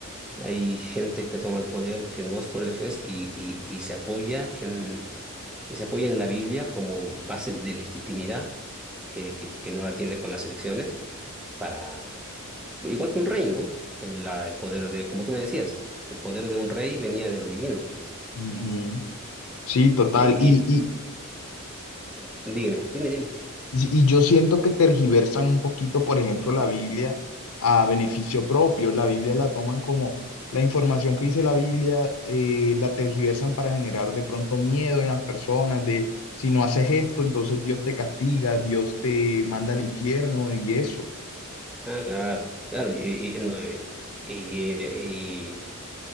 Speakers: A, in the centre; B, on the left.
A: hay gente que toma el poder que no es por elecciones y, y, y se apoya en, y se apoya en la Biblia como base de legitimidad, eh, que, que no la tiene con las elecciones, para, igual que un rey, ¿no? El, la- el poder de, como tú me decías, el poder de un rey venía de lo divino.
B: Ujú. Sí, total.
A: Y,
B: Y,
A: y- dígame dime, dime.
B: Y y yo siento que tergiversan un poquito, por ejemplo, la Biblia a beneficio propio. La Biblia la toman como la información que dice la Biblia, eh, la tergiversan para generar de pronto miedo en las personas de si no haces esto, entonces Dios te castiga, Dios te manda al infierno y eso.
A: Ah, claro, claro, y, y, no, y- y-